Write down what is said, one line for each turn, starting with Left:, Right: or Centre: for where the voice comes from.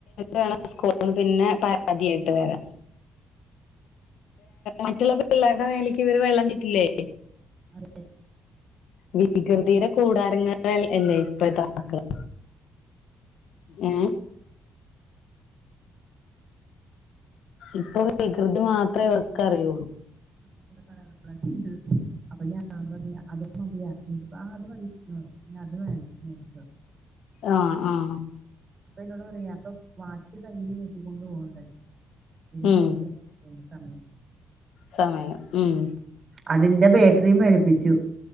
Left: വേണം സ്കൂൾന്ന് പിന്നെ പരാതി ആയിട്ട് വരാൻ മറ്റുള്ള പിള്ളേരുടെ മേലക്ക് ഇവര് വെള്ളം ചീറ്റില്ലേ
Right: ആരുടെ
Left: വികൃതിയുടെ കൂടാരങ്ങളല്ലേ ഇപ്പത്തെ മക്കള് ഏ ഇപ്പൊ വികൃതി മാത്രേ അവർക്ക് അറിയുള്ളൂ
Right: <unintelligible> ലൊക്കെണ്ട് അപ്പൊ ഞാ പറഞ്ഞ അതുമതിയാ എനിപ്പ ആ അത് മതി പിന്നെ അത് മേടിച്ചോ
Left: ആഹ് ആഹ്
Right: അപ്പൊ എന്നോട് പറയാ അപ്പൊ വാച്ച് കൈയില് കെട്ടിക്കൊണ്ട് പോകണ്ടല്ലോ ഇതില്
Left: ഉം
Right: നോക്കിയ <unintelligible> സമയം
Left: സമയം ഉം
Right: അതിന്റെ ബാറ്ററിയും മേടിപ്പിച്ചു